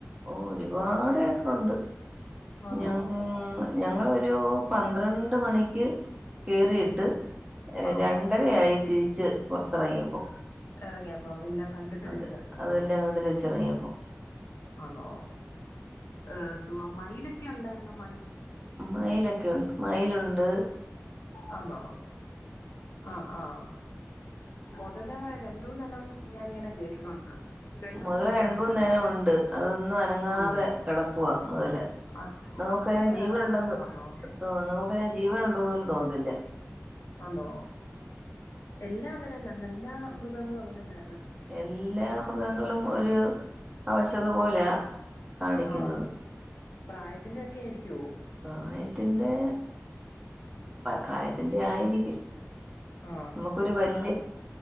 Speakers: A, on the right; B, on the left.
A: ഓ ഒരുപാട് ഏക്കറുണ്ട്
B: ആന്നോ
A: ഞ ഞങ്ങളൊരു പന് പന്ത്രണ്ട് മണിക്ക് കയറിയിട്ട്
B: ആഹ്
A: രണ്ടരയായി. തിരിച്ച് പുറത്തിറങ്ങിയപ്പോ.
B: ഇറങ്ങിയപ്പം എല്ലാം കണ്ടിട്ട്
A: അത്
B: തിരിച്ച ഇറങ്ങിയപ്പം.
A: അതെല്ലാം കണ്ട് തിരിച്ചിറങ്ങിയപ്പോ
B: ആണോ ഏ എന്ത്‌വ മൈല്ക്കെ ഉണ്ടായിരുന്നൊ മയിൽ
A: മൈലൊക്കെണ്ട്, മൈലുണ്ട്
B: ആണോ ആഹ ആഹ മുതല രണ്ടൂമൂന്നെണ്ണം ഞാാനിങ്ങനെ കേട്ടിട്ടുണ്ട്. രണ്ടൂന്നെണ്ണം
A: മുതല
B: ഉണ്ടോ
A: രണ്ടന്നനേ,
B: മൊതല?
A: ഉണ്ട് അതൊന്നും അനങ്ങാതെ
B: ആന്നോ
A: കിടക്കവാ മുതല.
B: അത്
A: നമുക്ക
B: അതുവൊക്കെ
A: അതിനും
B: അനങ്ങാതെ
A: ജീവൻണ്ടെന്ന്
B: കിടക്കുവാന്നോ
A: നമുക്കയ്ന്, ജീവന ഉണ്ടോന്ന് പോലും തോന്നതില്ല.
B: ആണോ. എല്ലാം അങ്ങനെന്നാ നല്ലാ മൃഗങ്ങളും അങ്ങനെന്ന
A: എല്ലാ മൃഗങ്ങളും ഒരു അവശത പോലെ? കാണിക്കുന്നത്.
B: ആഹ് പ്രായത്തിന്റെ ഒക്കെ ആയിരിക്കുവോ
A: പ്രായത്തിൻ്റെ പ്രായത്തിൻ്റെ ആയിരിക്കും
B: ആഹ
A: നമുക്കൊരു വല്യ
B: ആഹ